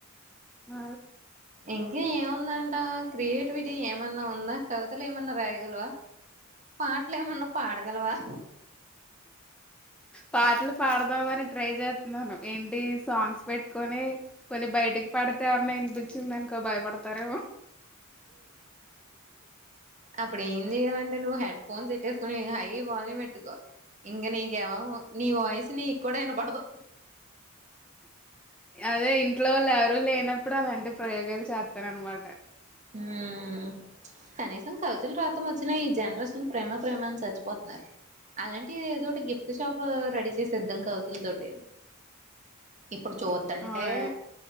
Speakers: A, in the centre; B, on the right.
A: అ
B: ఇంకా ఏముందంట క్రియేటివిటీ ఏమన్నా ఉందా, కవితలు ఏమన్నా రాయగలవా, పాటలు ఏమన్నా పాడగలవా
A: పాటలు పాడదామనే ట్రై చేతున్నాను ఏంటి సాంగ్స్ పెట్టుకొని కొన్ని బయటికి పడితే ఎవరినైంది పపించిందనుకో భయపడతారేమో
B: అప్పుడు ఏం చెయాలంటే నువ్వు హెడ్ ఫోన్ పెట్టేసుకొని హై వాల్యూమ్ పెట్టుకో, ఇంకా నీకెవ నీ వాయిస్ నీ ఇక్కడ విన పడదు.
A: అదే ఇంట్లో వాళ్ళు ఎవరు లేనప్పుడు అలాంటివి ప్రయోగాలు చేత్ రన్నమాట
B: హ్మ్ కనీసం కవితలు రాతం వచ్చినా ఈ జనరేషన్ ప్రేమ ప్రేమ అని చచ్చిపోతున్నారు, అలాంటి ఏదోటి గిఫ్ట్ షాప్ రెడీ చేసేద్దాం కవితల తోటి ఇప్పుడు చూతంటే
A: అవునే